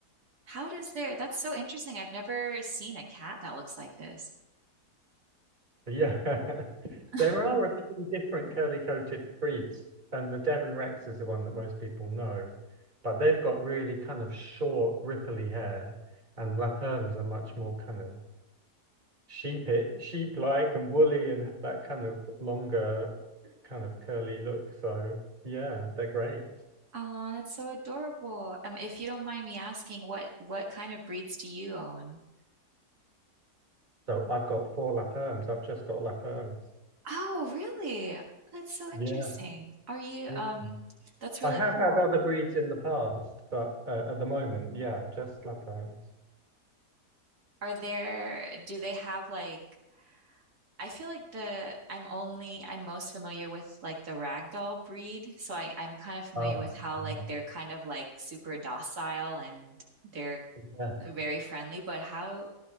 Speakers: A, on the right (about 70°); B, on the right (about 30°).
A: How does there? That's so interesting. I've never seen a cat that looks like this.
B: Yeah. <laughs>
A: <laughs>
B: There are a few different curly-coated breeds, and the Devon Rex is the one that most people know. But they've got really kind of short, ripply hair, and La Perms are much more kind of sheep sheep like and woolly and have that kind of longer kind of curly look. So yeah, they're great.
A: Oh, that's so adorable. Um, if you don't mind me asking, what what kind of breeds do you own?
B: So I've got four lap erms. I've just got lap erms.
A: Oh, really? That's so interesting.
B: Yeah.
A: Are you
B: Yeah.
A: um that's really
B: I have
A: cool.
B: had other breeds in the past, but uh, at the moment, yeah, just lap erms.
A: Are there do they have like I feel like the I'm only I'm most familiar with like the ragdoll breed, so I I'm kind of familiar
B: Oh,
A: with how
B: yeah.
A: like they're kind of like super docile and they're
B: Yeah.
A: very friendly, but how